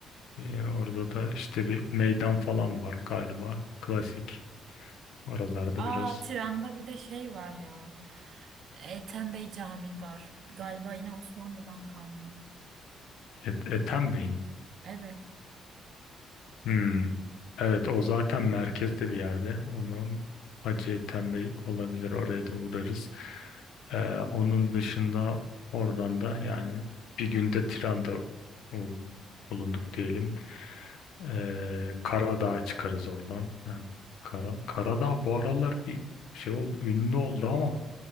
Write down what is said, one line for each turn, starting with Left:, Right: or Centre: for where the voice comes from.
Left: Ee, orada da işte bir meydan falan var galiba. Klasik. Oralarda
Right: Aa
Left: biraz
Right: Tiran'da bir de şey var ya. Ethem Bey Camii var. Galiba yine Osmanlı'dan kalma.
Left: Et Ethem Bey mi?
Right: Evet.
Left: Hmm. Evet o zaten merkezde bir yerde. Onu Hacı Ethem Bey olabilir. Oraya da uğrarız. Ee, onun dışında oradan da yani bir günde Tiran'da o, bulunduk diyelim. Ee, Karadağ'a çıkarız oradan. Ha, Kara, Karadağ bu aralar bir şey oldu, ünlü oldu ama